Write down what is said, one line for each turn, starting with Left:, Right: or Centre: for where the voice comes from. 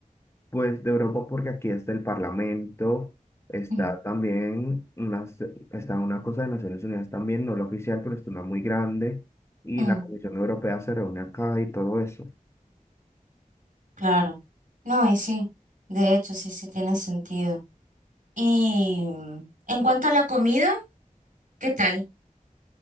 Left: pues de Europa porque aquí está el Parlamento, está
Right: Mm,
Left: también una, está una cosa de Naciones Unidas también, no la oficial, pero está una muy grande, y
Right: mm,
Left: la Comisión Europea se reúne acá y todo eso.
Right: claro. No, y sí, de hecho, sí, sí tiene sentido. Y mm, en cuanto a la comida, ¿qué tal?